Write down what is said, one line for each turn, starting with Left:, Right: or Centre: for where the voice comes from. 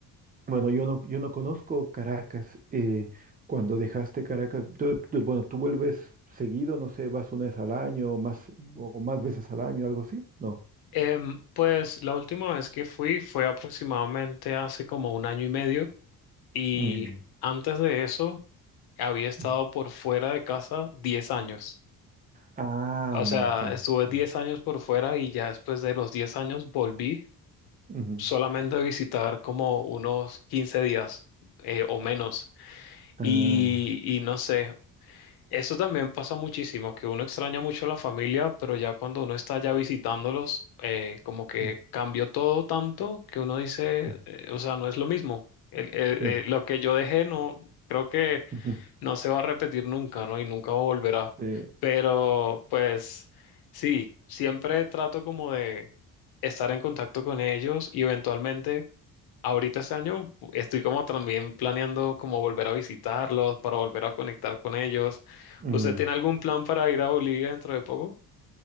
Right: bueno, yo no, yo no conozco Caracas. eh, cuando dejaste Caracas, tú- tú- bueno, tú vuelves seguido, no sé, vas una vez al año o más, o más veces al año, algo así, ¿no?
Left: Em, pues la última vez que fui fue aproximadamente hace como un año y medio y
Right: Mm,
Left: antes de eso había estado
Right: ujú.
Left: por fuera de casa 10 años.
Right: Ah,
Left: O
Right: un
Left: sea,
Right: montón.
Left: estuve
Right: Sí.
Left: 10 años por fuera y ya después de los 10 años volví
Right: Ujú.
Left: solamente visitar como unos 15 días eh, o menos.
Right: Ah,
Left: Y, y no sé, eso también pasa muchísimo, que uno extraña mucho a la familia, pero ya cuando uno está ya visitándolos, eh, como que
Right: mm,
Left: cambió todo tanto que uno dice,
Right: mm,
Left: eh, o sea, no es lo mismo. El- el-
Right: sí.
Left: eh, lo que yo dejé no, creo que
Right: ujú,
Left: no se va a repetir nunca, ¿no? Y nunca volverá.
Right: sí,
Left: Pero pues sí, siempre trato como de estar en contacto con ellos y eventualmente Ahorita este año estoy como también planeando como volver a visitarlos, para volver a conectar con ellos.
Right: mm.
Left: ¿Usted tiene algún plan para ir a Bolivia dentro de poco?